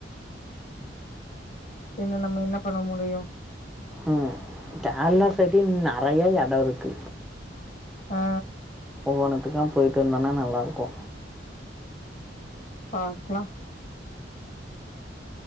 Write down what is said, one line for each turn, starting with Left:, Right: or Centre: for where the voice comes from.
Left: என்ன நம்ம என்ன பண்ண முடியு
Centre: ம் கேர்ளா சைடுலயு நெறைய எடொ இருக்கு
Left: ஆ
Centre: ஒவ்வொனுத்துக்கா போய்ட்டு இருந்தோனா நல்லா இருக்கு
Left: பாக்கலா